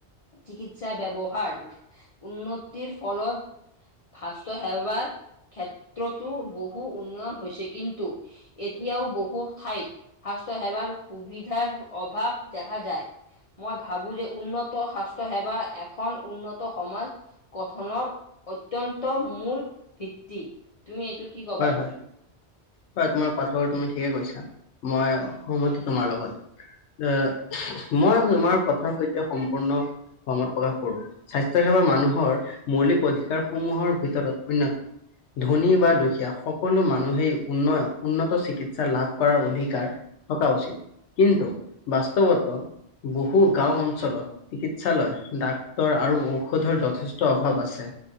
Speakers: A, on the left; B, on the left.
A: চিকিৎসা ব্যৱহাৰ উন্নতিৰ ফলত, স্বাস্থ্য সেৱাৰ, টো বহু উন্নয়ন হৈছে কিন্তু, এতিয়াও বহু ঠাইত স্বাস্থ্য সেৱাৰ সুবিধাৰ অভাৱ দেখা যায়। মই ভাবো যে উন্নত স্বাস্থ্য সেৱা এখন উন্নত সমাজ, গঠনৰ অত্যন্ত মূল ভিত্তি তুমি এইটো কি কবা
B: হয়,
A: আৰু,
B: হয়, হয় তোমাৰ কথাবোৰ তুমি ঠিকে কৈছা মই সনমতি তোমাৰ লগত। এ মই তোমাৰ কথাৰ সৈতে সম্পূৰ্ণ, সহমত প্ৰকাশ কৰো, স্বাস্থ্য সেৱা মানুহৰ মৌলিক অধিকাৰসমূহৰ ভিতৰত অন্যতম। ধনী বা দুখীয়া সকলো মানুহেই, উন্নয় উন্নত চিকিৎসা লাভ কৰাৰ অধিকাৰ থকা উচিত। কিন্তু বাস্তৱত বহু গাঁও অঞ্চলত, চিকিৎসালয় ডাক্তৰ আৰু ঔষধৰ যথেষ্ট অভাৱ আছে।